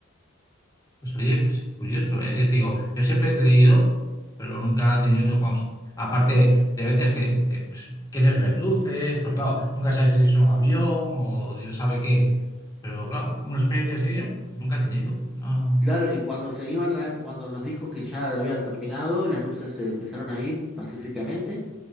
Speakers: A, on the left (about 15°); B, in the centre.
A: pues oye, pues curioso, ¿eh? Ya te digo, yo siempre he creído, pero nunca he tenido, vamos, aparte de veces que, que, pues, quieres ver luces, pero claro, nunca sabes si es un avión o Dios sabe qué. Pero claro, una experiencia así ¿no?
B: Es-
A: nunca he tenido. No,
B: Claro, y cuando se iban, la- cuando nos dijo que ya habían terminado, las luces se empezaron a ir pacíficamente.